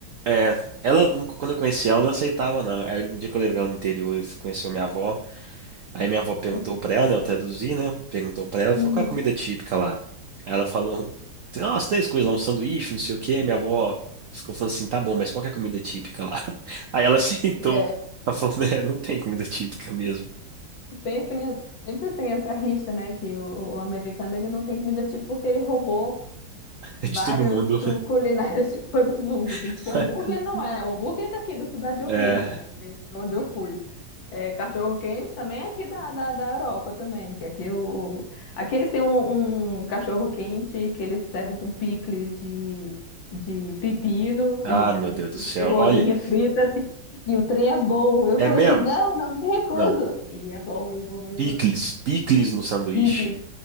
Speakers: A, on the right; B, on the left.
A: É, ela, quando eu conheci ela, não aceitava, não. Aí no dia que eu levei ela no interior e conheceu minha avó. Aí minha avó perguntou
B: <laughs>
A: pra ela, né? Eu traduzi, né? Perguntou pra ela, falou,
B: Uhum.
A: qual é a comida típica lá? Aí Ela falou, tem umas três coisas lá, um sanduíche, não sei o quê. Minha avó ficou falando assim, tá bom, mas qual que é a comida típica lá? <laughs> Aí ela aceitou.
B: É,
A: Ela falou, né, não tem comida típica mesmo.
B: tem, tem- sempre tem essa rixa, né? Que o, o americano ele não tem comida típica porque ele roubou várias
A: É de todo mundo.
B: cu- culinárias de todo mundo. Então,
A: <laughs>
B: tipo, hambúrguer não é. O hambúrguer é daqui da cidade de Hamburgo,
A: É.
B: que é de onde eu fui. É, cachorro-quente também é aqui da, da, da Europa também, que aqui, o, aqui eles têm um, um cachorro-quente que eles servem com picles de, de pepino
A: Ah,
B: e,
A: meu Deus do
B: e
A: céu.
B: cebolinha
A: Olha,
B: frita, assim, e o trem é bom. Eu falei
A: é mesmo?
B: assim, não, não me recuso.
A: Não.
B: E é bom, e é bom mesmo.
A: Picles, picles no sanduíche.
B: Picles,